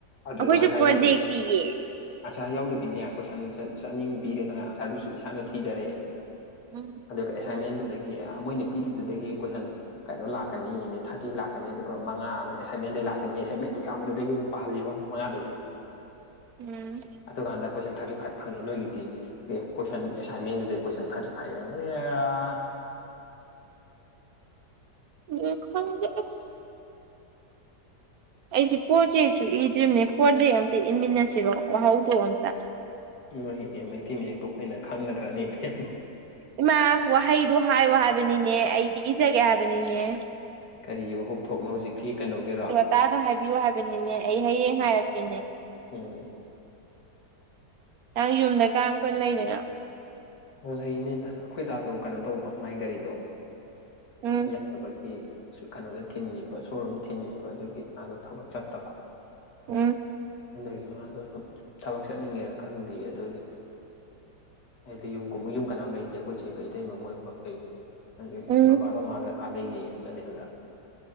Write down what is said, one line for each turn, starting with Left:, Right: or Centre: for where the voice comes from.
Left: ꯑꯗꯨꯖꯨ
Right: ꯑꯩꯈꯣꯏꯁꯨ
Left: ꯑꯟꯁꯥꯔ
Right: ꯄ꯭ꯔꯣꯖꯦꯛ
Left: ꯌꯥꯎꯗꯕꯤ
Right: ꯄꯤꯌꯦ
Left: ꯑꯟꯁꯥꯔ ꯌꯥꯎꯗꯕꯤꯅꯦ ꯀꯣꯏꯁꯟ ꯆ ꯆꯅꯤꯃꯨꯛ ꯄꯤꯔꯦꯗꯅ ꯑꯟꯁꯔꯗꯨꯁꯨ ꯏꯁꯥꯅ ꯊꯤꯖꯔꯦ
Right: ꯎꯝ
Left: ꯗꯨꯒ ꯑꯦꯁꯥꯏꯟꯃꯦꯟꯗꯨꯗꯒꯤ ꯃꯣꯏꯅ ꯄꯤꯔꯤꯗꯨꯗꯒꯤ ꯀꯣꯏꯁꯟ ꯀꯩꯅꯣ ꯂꯥꯛꯀꯅꯤꯅꯦ ꯊꯥꯔꯇꯤ ꯂꯥꯛꯀꯅꯤ ꯑꯗꯨꯒ ꯃꯉꯥ ꯑꯃꯅ ꯑꯦꯁꯥꯏꯟꯃꯦꯟꯗꯩ ꯂꯥꯛꯀꯅꯤ ꯑꯦꯁꯥꯏꯟꯃꯦꯟ ꯑꯗꯨꯛ ꯌꯥꯝꯕꯗꯨꯗꯒꯤ ꯑꯃꯨꯛ ꯄꯥꯍꯜꯂꯤꯕ ꯑꯃꯨꯛ ꯃꯉꯥꯗꯨꯒꯤ
Right: ꯎꯝ
Left: ꯑꯗꯨꯀꯥꯟꯗ ꯀꯣꯏꯁꯟ ꯊꯥꯔꯇꯤ ꯐꯥꯏꯚ ꯐꯪꯉꯦ ꯅꯣꯏꯒꯤꯗꯤ ꯑꯦ ꯀꯣꯏꯁꯟ ꯑꯦꯁꯥꯏꯟꯃꯦꯟꯗꯨꯗꯩ ꯀꯣꯏꯁꯟ ꯊꯥꯔꯇꯤ ꯐꯥꯏꯚ ꯌꯦꯡ <unintelligible>
Right: ꯌꯦ ꯈꯪꯗꯦ ꯑꯁ ꯑꯩꯁꯦ ꯄꯣꯔꯖꯦꯛꯁꯨ ꯏꯗ꯭ꯔꯤꯕꯅꯦ ꯄꯣꯔꯖꯦꯛ ꯑꯝꯇ ꯏꯟꯃꯤꯟꯅꯁꯤꯔꯣ ꯋꯥꯍꯧꯗꯣꯛ ꯑꯝꯇ
Left: ꯅꯣꯏ ꯑꯦ ꯃꯩꯇꯩ ꯃꯌꯦꯛꯇꯣ ꯑꯩꯈꯣꯏꯅ ꯈꯪꯒꯗ꯭ꯔꯅꯦ ꯏꯕꯦꯝ
Right: ꯏꯃꯥ ꯋꯥꯍꯩꯗꯨ ꯍꯥꯏꯌꯣ ꯍꯥꯏꯕꯅꯤꯅꯦ ꯑꯩꯗꯤ ꯏꯖꯒꯦ ꯍꯥꯏꯕꯅꯤꯅꯦ
Left: ꯀꯔꯤꯒꯤ ꯋꯥꯍꯧꯊꯣꯛꯅꯣ ꯍꯧꯖꯤꯛꯀꯤ ꯀꯩꯅꯣꯒꯤꯔꯣ
Right: ꯆꯥꯗ ꯍꯥꯏꯕꯤꯌꯨ ꯍꯥꯏꯕꯅꯤꯅꯦ ꯑꯩ ꯍꯌꯦꯡ ꯍꯥꯏꯔꯛꯀꯦꯅꯦ
Left: ꯎꯝ
Right: ꯅꯪ ꯌꯨꯝꯗ ꯀꯌꯥꯝ ꯀꯨꯏꯅ ꯂꯩꯗꯣꯏꯅꯣ
Left: ꯂꯩꯅꯤꯗ ꯑꯩꯈꯣꯏ ꯗꯥꯗꯣ ꯀꯩꯅꯣ ꯇꯧꯕ ꯃꯥꯏ ꯒꯥꯔꯤꯗꯣ
Right: ꯎꯝ
Left: ꯌꯥꯗꯕꯒꯤ ꯀꯩꯅꯣꯗ ꯊꯤꯟꯈꯤꯕ ꯁꯣꯔꯨꯝ ꯊꯤꯟꯈꯤꯕ ꯑꯗꯨꯒꯤ ꯃꯥꯗꯣ ꯊꯕꯛ ꯆꯠꯇꯕ
Right: ꯎꯝ
Left: ꯌꯨꯝꯒꯤ ꯃꯥꯥꯗꯣ ꯁꯨꯝ ꯊꯕꯛ ꯆꯠꯅꯤꯡꯉꯦꯔ ꯈꯪꯗꯦ ꯑꯗꯨꯒꯤ ꯍꯥꯏꯗꯤ ꯌꯨꯝ ꯀꯨꯝ ꯌꯨꯝ ꯀꯅꯥꯝ ꯂꯩꯇꯦ ꯑꯩꯈꯣꯏ ꯆꯦꯒ‌ ꯏꯇꯩꯃꯒ ꯃꯣꯏ ꯑꯨꯝꯈꯛ ꯂꯩ ꯑꯗꯨꯒꯤ
Right: ꯎꯝ
Left: ꯕꯕꯥꯒ ꯃꯃꯥꯒ ꯑꯥ ꯂꯩꯈꯤꯌꯦ ꯆꯥꯟꯗꯦꯜꯗ